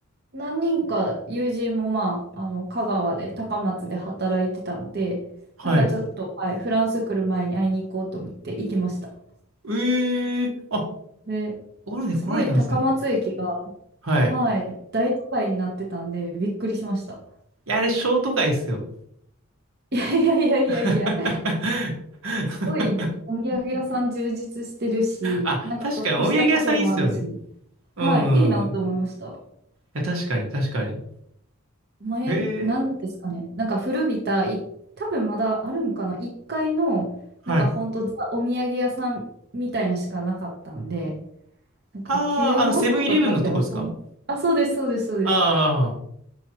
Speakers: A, on the right (about 50°); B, on the right (about 75°).
A: 何人か友人もまあ、あの香川で高松で働いてたので、
B: はい。
A: なんかちょっと、はい、フランス来る前に会いに行こうと思って行きました。
B: えー、あ、
A: で、
B: オルネ来られたんですね。
A: すごい高松駅が、
B: はい。
A: はい、大都会になってたんでびっくりしました。
B: いや、あれ、ショート会ですよ。
A: <laughs> いやいやいやいやいや、
B: <laughs>
A: すごいお土産屋さん充実してるし、
B: あ、
A: なんかちょっとしたカフェもあるし、
B: 確かに、お土産屋さんいいっすよね。
A: はい、
B: うん。
A: いいなと思いました。
B: いや、確かに、確かに。
A: 前、
B: え
A: なんですかね。
B: ー、
A: なんか古びた、い、多分まだあるんかな。1階の、
B: はい。
A: なんかほんとザ・お土産屋さんみたいなしかなかったんで、なんか9万とか買ってもそん、
B: あー、あの、セブンイレブンのとこですか
A: あ、そうです、そうです、そうです。
B: あ